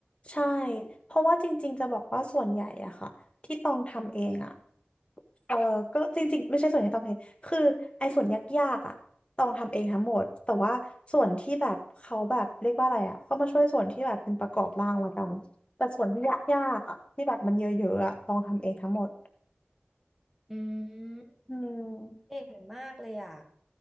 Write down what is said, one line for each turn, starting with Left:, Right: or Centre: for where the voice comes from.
Left: ใช่ เพราะว่าจริงๆจะบอกว่าส่วนใหญ่อะค่ะที่ต้องทำเองอะเออก็จริงๆไม่ใช่ส่วนใหญ่ที่ต้องทำเองคือไอ้ส่วนยากๆอะต้องทำเองทั้งหมดแต่ว่าส่วนที่แบบเขาแบบเรียกว่าอะไรอะเขามาช่วยส่วนที่แบบเป็นประกอบร่างละกันแต่ส่วนที่ยากๆอะที่แบบมันเยอะๆอะต้องทำเองทั้งหมด
Centre: อืม
Left: อืม
Centre: เก่งมากเลยอ่ะ